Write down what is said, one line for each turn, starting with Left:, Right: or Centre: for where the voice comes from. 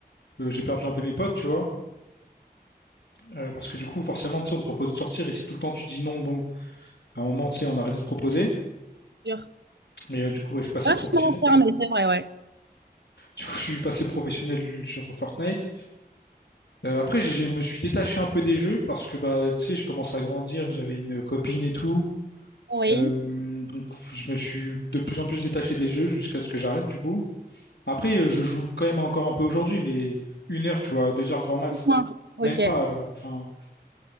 Left: euh, j'ai perdu un peu mes potes, tu vois. euh, parce que du coup, forcément, tu sais, on te propose de sortir et si tout le temps tu dis non, bon, à un moment, tu sais, on arrête de te proposer.
Right: Dur.
Left: Mais euh, du coup, ouais, je suis passé
Right: Vachement
Left: professionnel.
Right: fermé,
Left: <laughs>
Right: c'est vrai, ouais.
Left: Du coup, je suis passé professionnel sur Fortnite. Euh, après, je je me suis détaché un peu des jeux parce que, bah, tu sais, je commence à grandir, j'avais une copine et tout.
Right: Oui.
Left: Euh, donc, je me suis de plus en plus détaché des jeux jusqu'à ce que j'arrête, du coup. Après, euh, je joue quand même encore un peu aujourd'hui, mais une heure, tu vois, deux heures grand max.
Right: Point. Ok.
Left: Même pas, alors, enfin,